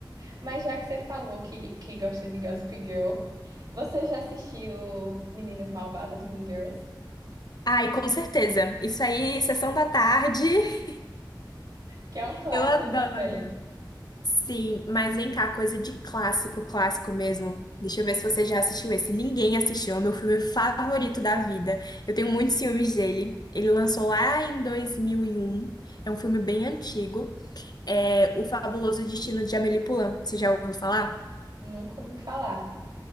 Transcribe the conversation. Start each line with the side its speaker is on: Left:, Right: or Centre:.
Right: Mas já que você falou que, que gosta de Gossip Girl, você já assistiu Meninas Malvadas, Mean Girls?
Left: Ai, com certeza. Isso aí, sessão da tarde. <laughs>
Right: Que é um clássico
Left: Eu adoro.
Right: também.
Left: Sim, mas vem cá, coisa de clássico, clássico mesmo. Deixa eu ver se você já assistiu esse. Ninguém assistiu, é o meu filme favorito da vida. Eu tenho muitos filmes dele. Ele lançou lá em 2001. É um filme bem antigo. É O Fabuloso Destino de Amélie Poulain. Você já ouviu falar?
Right: Nunca ouvi falar.